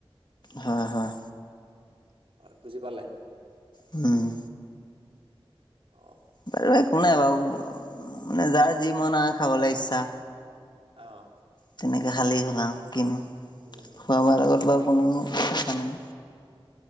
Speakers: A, on the left; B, on the right.
A: হয় হয়।
B: হয়, বুজি পালে?
A: উম।
B: অ'।
A: বাৰু একো নাই বাৰু মানে যাৰ যি মন আ খাবলে ইচ্ছা।
B: অ'।
A: তেনেকে খালেই হ'ল আও। কিনো
B: উম
A: খোৱা বোৱাৰ লগত বাৰু কোনো কথা নাই।